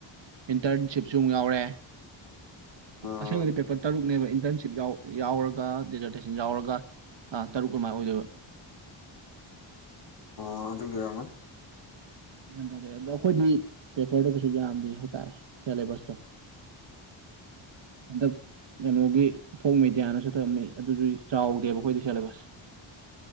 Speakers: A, on the right; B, on the left.
A: ꯏꯟꯇꯔꯟꯁꯤꯞꯁꯨ ꯑꯃꯨꯛ ꯌꯥꯎꯔꯦ꯫
B: ꯎꯝ
A: ꯑꯁꯦꯡꯕꯗꯤ ꯄꯦꯄꯔ ꯇꯔꯨꯛꯅꯦꯕ ꯏꯟꯇꯔꯟꯁꯤꯞ ꯌꯥꯎꯌꯥꯎꯔꯒ ꯗꯦꯖ꯭ꯔꯇꯦꯁꯟ ꯌꯥꯎꯔꯒ꯫ ꯑꯥ ꯇꯔꯨꯛꯑꯃꯥꯏ ꯑꯣꯏꯗꯕ꯫
B: ꯑꯣ ꯑꯗꯨꯒꯤ ꯑꯣꯏꯔꯝꯃꯅꯤ꯫
A: ꯒ꯭ꯌꯥꯟ ꯇꯥꯗꯦ ꯑꯗꯣ ꯑꯩꯈꯣꯏꯗꯤ ꯄꯦꯄꯔꯗꯣ ꯀꯩꯁꯨ ꯌꯥꯝꯗꯦ ꯍꯥꯏꯇꯥꯔꯦ ꯁꯦꯂꯦꯕꯁꯇꯣ꯫ <unintelligible> ꯍꯟꯗꯛ ꯀꯩꯅꯣꯒꯤ ꯐꯣꯛ ꯃꯦꯗꯤꯌꯥꯅꯁꯨ ꯊꯝꯃꯤ ꯑꯗꯨꯁꯨ ꯆꯥꯎꯗꯦꯕ ꯑꯩꯈꯣꯏꯗꯤ ꯁꯦꯂꯦꯕꯁ꯫ <unintelligible>